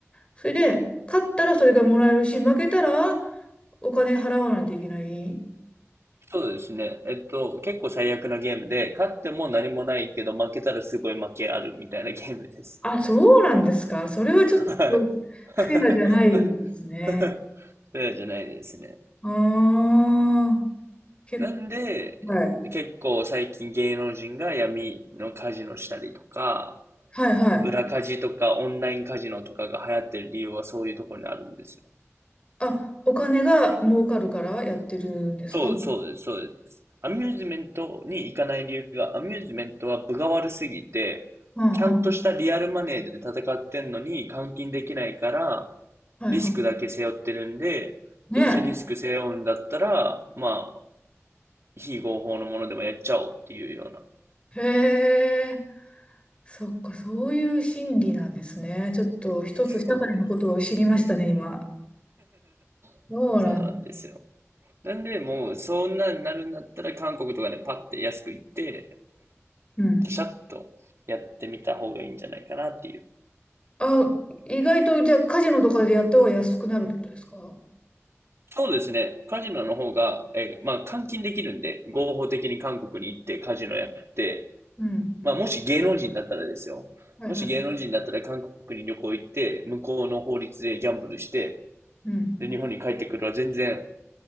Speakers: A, on the left; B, on the right.
A: それで、勝ったらそれがもらえるし、負けたらお金払わないといけない。
B: そうですね。えっと、結構最悪なゲームで、勝っても何もないけど、負けたらすごい負けあるみたいなゲームです。
A: あ、そうなんですか。それはちょっとフェアじゃないですね。
B: はい。<laughs> <laughs> そうじゃないですね。
A: ああー、結
B: なんで、
A: 構、はい。
B: 結構最近芸能人が闇のカジノしたりとか、
A: はいはい。
B: 裏カジとかオンラインカジノとかが流行ってる理由はそういうところにあるんですよ。
A: あ、お金が儲かるからやってるんですか。
B: そう、
A: うん
B: そうです、そうです。アミューズメントに行かない理由が、アミューズメントは分が悪すぎて、
A: うん。
B: ちゃんとしたリアルマネーで戦ってんのに換金できないから、
A: はいは
B: リスクだけ背負ってるんで、
A: い。ね。
B: どうせリスク背負うんだったら、まあ、非合法のものでもやっちゃおうっていうような
A: へえ。そっか、そういう心理なんですね。ちょっと一つ社会のことを知りましたね、
B: そうです。
A: 今。
B: <laughs>
A: そうなん。
B: そうなんですよ。なんで、もう、そんなになるんだったら、韓国とかね、パッて安く行って、
A: うん。
B: シャシャッとやってみた方がいいんじゃないかなっていう。
A: あ、意外と、じゃあ、カジノとかでやった方が安くなるってことですか
B: そうですね。カジノの方が、えーまあ、換金できるんで、合法的に韓国に行ってカジノやって、
A: うん。
B: まあ、もし芸能人だったらですよ。
A: はいはい。
B: もし芸能人だったら韓国に旅行行って、向こうの法律でギャンブルして、
A: うん。
B: で、日本に帰ってくるは全然、